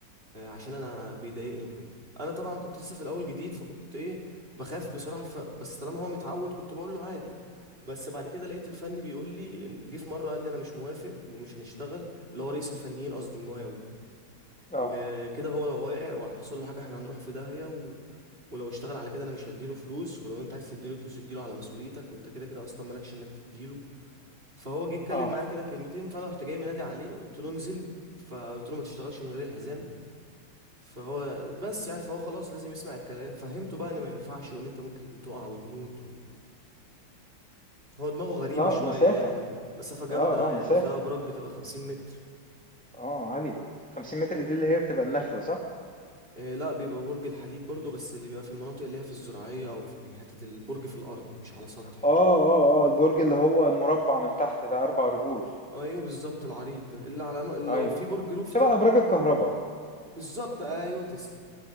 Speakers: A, on the right (about 25°); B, in the centre.
A: آه، عشان انا بيضايقني وكده انا طبعا كنت لسه في الاول جديد فكنت ايه بخاف بصراحه ف... بس طالما هو متعود كنت بقول له عادي بس بعد كده لقيت الفني بيقول لي جه في مره قال لي انا مش موافق ومش هنشتغل اللي هو رئيس الفنيين قصدي المقاول
B: اه
A: وكده هو لو واقع وحصل له حاجه احنا هنروح في داهيه و... ولو اشتغل على كده انا مش هديله فلوس ولو انت عايز تديله فلوس اديله على مسؤوليتك وانت كده كده اصلا مالكش انك تديله فهو جه اتكلم
B: اه
A: معايا كده كلمتين فانا رحت جاي منادي عليه قلت له انزل فقلت له ما تشتغلش من غير الحزام فهو بس يعني فهو خلاص لازم يسمع الكلام فهمته بقى ان ما ينفعش وان انت ممكن تقع وتموت و... هو دماغه غريبة
B: لا
A: شوية
B: مسافة
A: يعني مسافة جامدة
B: اه اه مسافة
A: يعني فيها أبراج بتبقى خمسين متر
B: اه عالية 50 متر دي اللي هي بتبقى النخلة صح؟
A: آه، لا بيبقى برج الحديد برضو بس اللي بيبقى في المناطق اللي هي في الزراعية أو في حتة البرج في الأرض مش على سطح
B: اه اه اه البرج اللي هو المربع من تحت ده اربع رجول
A: أيوه بالظبط العريض ده اللي على م-
B: ايوه
A: لو في برج روف
B: شبه
A: توب
B: ابراج
A: آه،
B: الكهرباء
A: بالظبط أيوه تسلم